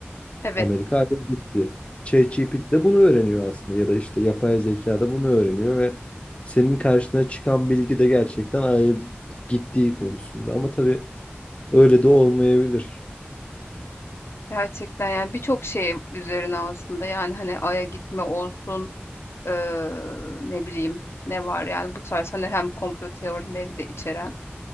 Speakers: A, on the left; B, on the left.
A: evet.
B: Amerika ayrı gitti. ChatGPT de bunu öğreniyor aslında ya da işte yapay zeka da bunu öğreniyor ve senin karşına çıkan bilgi de gerçekten Ay'a gittiği konusunda. Ama tabii öyle de olmayabilir.
A: Gerçekten yani birçok şey üzerine aslında yani hani Ay'a gitme olsun, eee, ne bileyim ne var yani bu tarz hani hem komplo teorileri de içeren